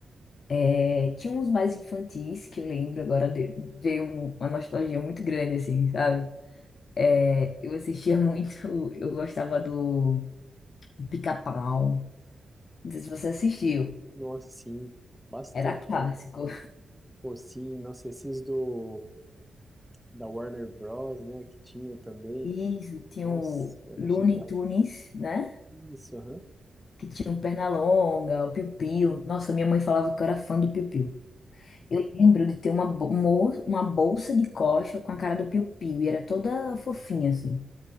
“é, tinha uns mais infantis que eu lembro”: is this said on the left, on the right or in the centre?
Left